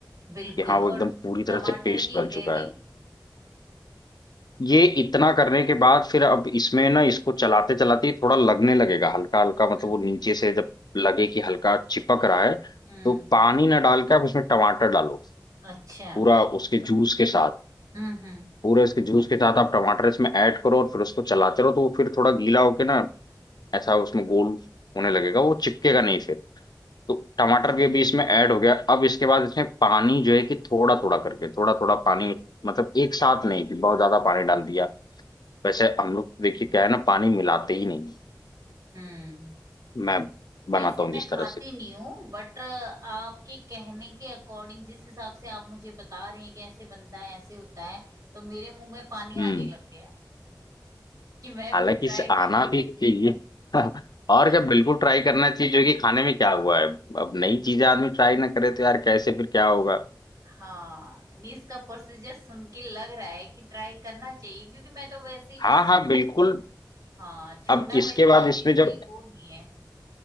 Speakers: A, on the right (about 55°); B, on the left (about 65°).
A: बिल्कुल
B: कि हाँ वो
A: और
B: एकदम पूरी तरह
A: टमाटर
B: से पेस्ट
A: की
B: बन
A: ग्रेवी
B: चुका है ये इतना करने के बाद फिर अब इसमें ना इसको चलाते चलाते थोड़ा लगने लगेगा हल्का हल्का
A: हम्म
B: मतलब वो नीचे से जब लगे कि हल्का चिपक रहा है
A: हम्म
B: तो पानी ना डाल के आप इसमें टमाटर डालो
A: अच्छा
B: पूरा उसके जूस के साथ
A: हम्म हम्म
B: पूरे उसके जूस के साथ आप टमाटर इसमें ऐड करो और फिर उसको चलाते रहो तो वो फिर थोड़ा गीला होके ना ऐसा उसमें गोल होने लगेगा वो चिपकेगा नहीं फिर तो टमाटर भी अभी इसमें ऐड हो गया अब इसके बाद इसमें पानी जो है कि थोड़ा थोड़ा करके थोड़ा थोड़ा पानी मतलब एक साथ नहीं कि बहुत ज्यादा
A: हम्म
B: पानी डाल दिया वैसे हम लोग देखिए क्या है ना पानी मिलाते ही नहीं
A: हम्म।
B: मैं बनाता
A: वैसे
B: हूँ
A: मैं
B: जिस
A: खाती
B: तरह से
A: नहीं हूँ बट आपके कहने के अकॉर्डिंग जिस हिसाब से आप मुझे बता रहे हैं कि ऐसे बनता है ऐसे होता है तो मेरे मुंह में पानी
B: हम्म
A: आने लग गया कि मैं
B: हालांकि
A: भी ट्राई
B: इसे आना
A: करूं
B: भी चाहिए <laughs> और
A: <laughs>
B: क्या बिल्कुल ट्राई करना चाहिए जो कि खाने में क्या हुआ है अब नई चीजें आदमी ट्राई ना करे तो यार कैसे फिर क्या होगा
A: हाँ नहीं इसका प्रोसीजर सुन के लग रहा है कि ट्राई करना चाहिए क्योंकि मैं तो वैसे ही
B: हाँ
A: बस
B: हाँ बिल्कुल
A: हाँ छोड़ा
B: अब इसके
A: वैसे
B: बाद
A: ही
B: इसमें
A: है
B: जब
A: कोई वो नहीं है